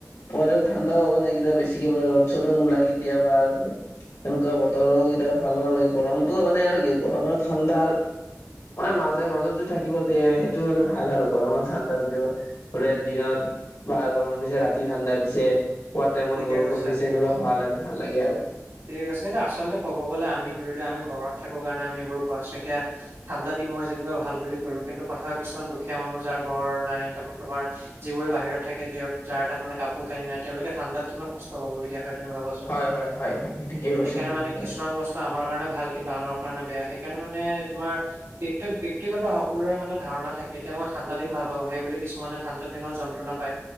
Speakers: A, on the left; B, on the right.
A: পও ঠাণ্ডাও মানে ক বেছিকে ৰত <unintelligible> ওলাই কেতিয়াবা আৰু এনেকুৱা বতৰো কেতিয়া ভাল নালাগে গৰমতটো মানে আৰু কি গৰম ঠাণ্ডাৰ ম মাজে মাজত যো থাকিবল তে টো মানে ভাল আৰু গৰমৰ ঠাণ্ডা যিটো দিনত বা গৰম দিছে ৰাতি ঠাণ্ডা দিছে। পুৱাৰ তাইম
B: ঠিকে
A: ত বৰষুণ
B: কৈছা
A: দিছে সেনেকুৱা ভাল আৰু ভাল লাগে আৰু।
B: ঠিক আছে এতিয়া আচলতে ক'ব গ'লে আমি ধৰি লোৱা আমি ঘৰত থাকো কাৰণে আমি এইবোৰ কোৱা আছো এতিয়া ঠাণ্ডা দিন মই যেনিবা ভাল বুলি ক'লো কিন্তু কথা কিছু মান দুখীয়া মানুহ যাৰ ঘৰ নাই তাৰ তোমাৰ যিবোৰে বাহিৰত থাকে যাৰ তাত মানে কাপোৰ কানি নাই তেওঁলোকে ঠাণ্ডাত কিমান কষ্ট পাবলগীয়া হয় তুমি ভাবাচোন
A: হয় হয় হয় হয় ঠিকে কৈছা
B: সেইকাৰণে মানে
A: হয়।
B: কিছুমান বস্তু আমাৰ কাৰণে ভাল কিন্তু আনৰ কাৰণে বেয়া সেইকাৰণে মানে তোমাৰ ব -বক্তিগত সকলোৰে মানে ধাৰণা থাকে এতিয়া মই ঠাণ্ডা দিন ভাল পাওঁ সেই বুলি কিছুমানে ঠাণ্ডা দিনত যন্ত্ৰনা পায়।